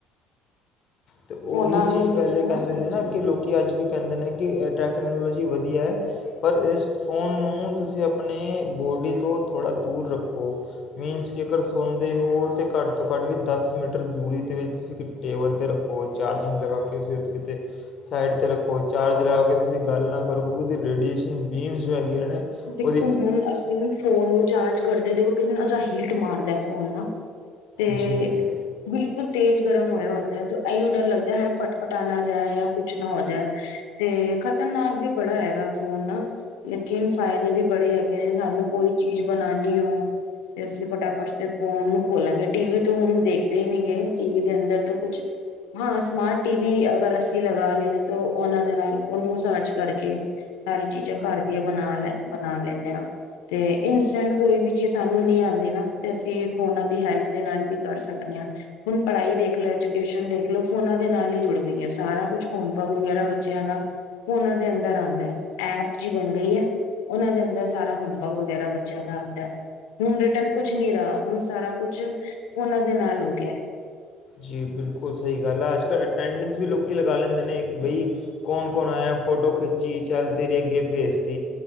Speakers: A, on the left; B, on the left.
A: ਤੇ, ਉਹੀ
B: ਫੋਨਾਂ ਨੂੰ
A: ਚੀਜ਼
B: ਲੈ
A: ਪਹਿਲੇ
B: ਕੇ
A: ਕਹਿੰਦੇ
B: ਹਾਂਜੀ।
A: ਸੀ। ਨਾ ਕਿ ਲੋਕੀ ਅੱਜ ਵੀ ਕਹਿੰਦੇ ਨੇ ਕਿ ਟੈਕਨੋਲੋਜੀ ਵਧੀਆ ਹੈ। ਪਰ ਇਸ ਫੋਨ ਨੂੰ ਤੁਸੀਂ ਆਪਣੇ ਬੋਡੀ ਤੋਂ ਥੋੜ੍ਹਾ ਦੂਰ ਰੱਖੋ ਮੀਨਸ ਕਿ ਅਗਰ ਸੌਂਦੇ ਹੋ ਤਾਂ ਘੱਟ ਤੋਂ ਘੱਟ ਵੀ ਦਸ ਮੀਟਰ ਦੂਰੀ ਦੇ ਵਿੱਚ ਤੁਸੀਂ ਇੱਕ ਟੇਬਲ 'ਤੇ ਰੱਖੋ। ਔਰ ਚਾਰਜਿੰਗ ਲਗਾ ਕੇ, ਤੁਸੀਂ ਉੱਦ ਕਿਤੇ ਸਾਈਡ ਰੱਖੋ ਚਾਰਜ ਲਗਾ ਕੇ ਤੁਸੀਂ ਗੱਲ ਨਾ ਕਰੋ ਕਿਉਂਕਿ ਉਹਦੀ ਰੇਡੀਏਸ਼ਨ ਬੀਮਸ ਜੋ ਹੈਗੀਆਂ ਨੇ
B: ਦੇਖੋ
A: ਉਹਦੀ
B: ਹੁਣ ਅਸੀਂ ਫੋਨ ਨੂੰ ਚਾਰਜ ਕਰਦੇ ਹਾਂ ਦੇ ਕ ਨਾਲ ਜਾਂ ਹੀਟ ਮਾਰਦਾ ਫੋਨ ਨਾਲ ਤੇ
A: ਜੀ
B: ਬਿਲਕੁਲ ਤੇਜ਼ ਗਰਮ ਹੋਇਆ ਅਈ ਲੱਗਦਾ ਹੈ ਫਟਫਟਾ ਨਾ ਜਾਏ ਜਾਂ ਕੁਛ ਨਾ ਹੋ ਜਾਏ ਤੇ ਖ਼ਤਰਨਾਕ ਵੀ ਬੜਾ ਹੈਗਾ ਫੋਨ ਲੇਕਿਨ ਫਾਇਦੇ ਵੀ ਬੜੇ ਹੈਗੇ ਨੇ ਸਾਨੂੰ ਕੋਈ ਚੀਜ਼ ਬਣਾਉਾਨੀ ਹੋ ਤੇ ਅਸੀਂ ਫਟਾਫਟ ਤੇ ਫੋਨ ਨੂੰ ਖੋਲਾਂਗੇ ਟੀ ਵੀ ਤੋਂ ਹੁਣ ਦੇਖਦੇ ਹੀ ਨੀ ਗ ਟੀਵ ਦੇ ਅੰਦਰ ਤੋਂ ਕੁਛ ਹਾਂ ਸਮਾਰਟ ਟੀਵ ਅਗਰ ਅਸੀਂ ਲਗਾ ਲਏ ਤਾਂ ਉਹਨਾਂ ਦੇ ਨਾਲ ਉਹਨੂੰ ਸਰਚ ਕਰਕੇ ਸਾਰੀ ਚੀਜ਼ਾਂ ਕਰਦੀਆਂ ਬਣਾ ਲੈ ਬਣਾ ਲੈਂਦੇ ਹਾ, ਤੇ ਇੰਸਟੈਂਟ ਕੋਈ ਵੀ ਚੀਜ਼ ਸਾਨੂੰ ਨ ਆਉਂਦੀ ਨਾ ਤੇ ਅਸੀਂ ਫੋਨਾ ਦੀ ਹੈਲਪ ਦੇ ਨਾਲ ਵੀ ਕਰ ਸਕਦੇ ਹਾਂ ਹੁਣ ਪੜ੍ਹਾਈ ਦੇਖ ਲ ਐਜੂਕੇਸ਼ਨ ਦੇਖ ਲ ਫੋਨਾ ਦੇ ਨਾਲ ਹੀ ਜੁੜ ਗਈ ਹੈ। ਸਾਰਾ ਕੁਛ ਹੋਮਵਰਕ ਵਗੈਰਾ ਬੱਚਿਆਂ ਦਾ ਫੋਨਾ ਦੇ ਅੰਦਰ ਆਉਂਦਾ ਐਪ ਜੀ ਬਣ ਗਈ ਹੈ। ਉਹਨਾਂ ਦੇ ਅੰਦਰ ਸਾਰਾ ਹੋਮਵਰਕ ਵਗੈਰਾ ਬੱਚਿਆਂ ਦਾ ਆਉਂਦਾ ਹੁਣ ਰਿਟਰਨ ਕੁਛ ਨਹੀਂ ਰਿਹਾ ਹੁਣ ਸਾਰਾ ਕੁਛ ਉਹਨਾਂ ਦੇ ਨਾਲ ਹੋਗ ਗਿਆ।
A: ਜੀ, ਬਿਲਕੁਲ ਸਹੀ ਗੱਲ ਆ ਅੱਜ ਕੱਲ੍ਹ ਅਟੈਂਡੈਂਸ ਵੀ ਲੋਕ ਲਗਾ ਲੈਂਦੇ ਨੇ ਕਿ ਬਈ ਕੌਣ ਕੌਣ ਆਇਆ ਫੋਟੋ ਖਿੱਚੀ ਚੱਲ ਤੇਰੀ ਅੱਗੇ ਭੇਜ ਤ